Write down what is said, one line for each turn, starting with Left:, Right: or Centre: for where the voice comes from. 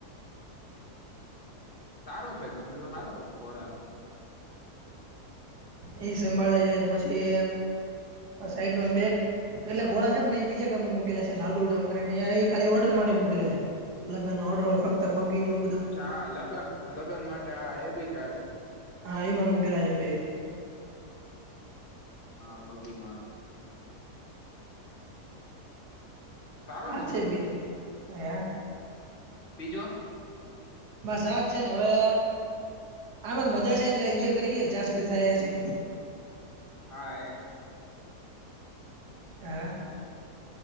Left: સારું છે ધંધો સારો છે ઘોડા ન
Right: એ સંભાળે જાય પછી સાઈડમાં બેગ એટલે ઘોડા છે ને એ બીજા ગામમાં મૂકેલાેશે નાગોલ ગામ કરી ને ખાલી ઓર્ડર માટે મૂકેલા છે. લગનના ઓર્ડર ફક્ત બગીની
Left: અચ્છા હા લગ્ન લગ્ન માટે હા એ ભી ચાલે
Right: હા એમાં મૂકેલા છે બે
Left: હા બગીમા સારો
Right: અચછા
Left: ધંધો છે.
Right: બીજું હ
Left: બીજો
Right: બસ આજ છે ને હવે આા મજા છે એટલે એન્જોય કરી લે જ્યાં સુધી થાય ત્યાં સુધી
Left: હા
Right: હ